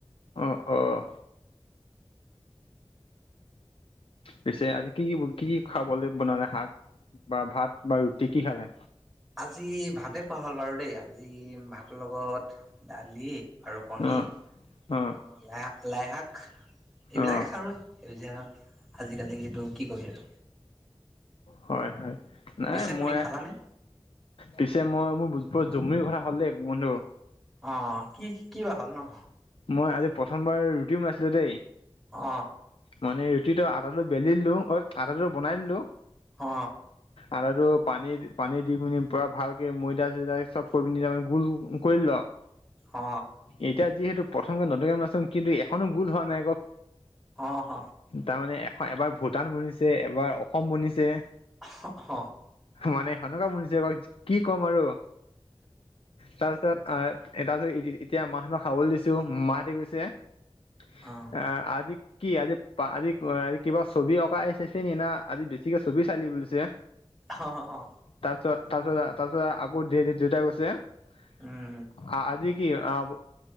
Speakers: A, on the left; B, in the centre.
A: অঁ, অঁ। পিছে আজি কি- কি- কি- কি খাবলৈ বনালে শাক? বা ভাত বা ৰুটি কি খালে?
B: আজি ভাতেই খোৱা হ'ল বাৰু দেই। আজি ভাতৰ লগত দালি। আৰু কণী
A: অ অ
B: আৰু লাইশাক- লাইশাক এইবিলাকে
A: অ
B: খালোঁ। সেউজীয়া শাক, আজি কালি এইটো কি কবি আৰু।
A: হয়- হয়। নাই
B: পিছে
A: মই
B: তুমি খালানে?
A: পিছে মই মোৰ বৰ জমনি কথা হ'ল দেই বন্ধু।
B: অঁ, কি- কি বা হ'ল নো?
A: মই আজি প্ৰথমবাৰ ৰুটি বনাইছিলোঁ দেই।
B: অ।
A: মানে ৰুটিটো আতা টো বেলিলো অ, আতা বনাই দিলো
B: অ।
A: আতাটো পানী- পানী দি পিনি পুৰা ভাল ময়দা- চৈদা চব কৰি পিনি তাৰমানে গোল কৰিলো আৰু
B: অ
A: এতিয়া যিহেতু প্ৰথমকে নতুনকে বনাইছো কিন্তু এখনো গোল হোৱা নাই ক।
B: অ, হ।
A: তাৰমানে এ এবাৰ ভূটান বনিছে, এবাৰ অসম বনিছে।
B: হ, হ।
A: মানে সাধাৰণ বনিছে কি ক'ম আৰু। তাৰপিছত আহ, তাৰপিছত এতিয়া মাহঁতক খাবলৈ দিছো। মাহঁতে কৈছে আহ,
B: অ
A: আজি কি আজি পা, আজি আ কিবা ছবি অঁকাই চাইছে নি? না আজি বেছিকে ছবি চাই ল'ব লৈছে। অ।
B: অ- অ- অ।
A: তাৰপিছত- তাৰপিছত- তাৰপিছত, আকৌ দে- দে দেউতাই কৈছে আ,
B: উম
A: আজি কি অ,